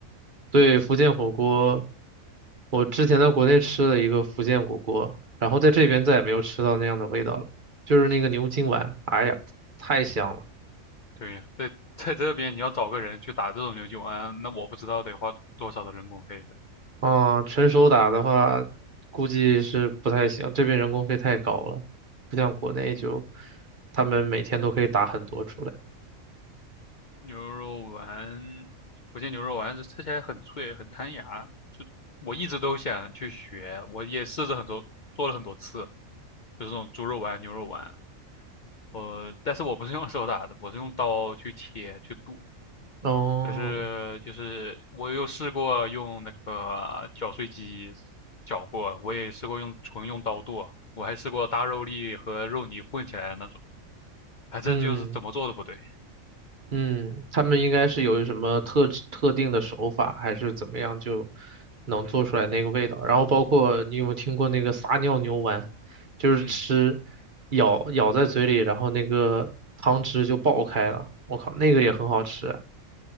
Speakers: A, on the right; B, on the left.
A: 对，福建火锅，我之前在国内吃了一个福建火锅，然后在这边再也没有吃到那样的味道了，就是那个牛筋丸，哎呀，太香了。
B: 对，在在这边你要找个人去打这种牛筋丸，那我不知道得花多少的人工费的。
A: 啊、纯手打的话，估计是不太行，这边人工费太高了，不像国内就
B: 嗯，
A: 他们每天都可以打很多出来。
B: 牛肉丸，福建牛肉丸是吃起来很脆，很弹牙。我一直都想去学，我也试着很多做了很多次，就是这种猪肉丸、牛肉丸。呃，但是我不是用手打的，我是用刀去切去剁。
A: 哦，
B: 但是就是我又试过用那个绞碎机绞过，我也试过用纯用刀剁，我还试过大肉粒和肉泥混起来的那种，反正就是怎么做都不对。
A: 嗯。嗯，他们应该是有什么特制特定的手法，还是怎么样就能做出来那个味道？然后包括你有没有听过那个撒尿牛丸，就是吃
B: 嗯
A: 咬咬在嘴里，然后那个汤汁就爆开了。我靠，那个也很好吃啊。
B: 嗯，